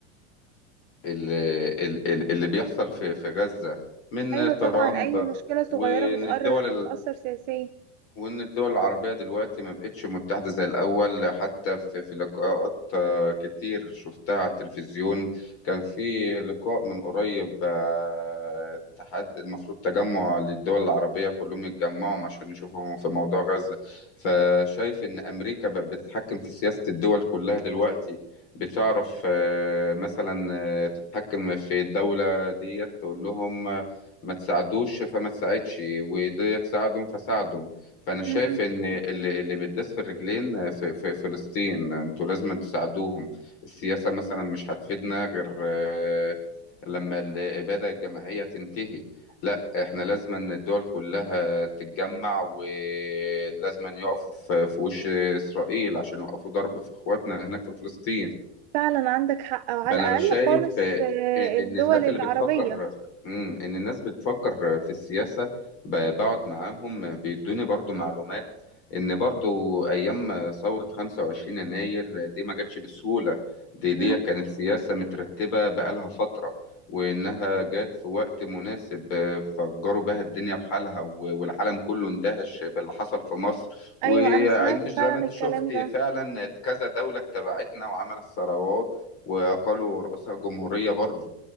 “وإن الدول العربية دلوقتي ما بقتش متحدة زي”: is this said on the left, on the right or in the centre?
Left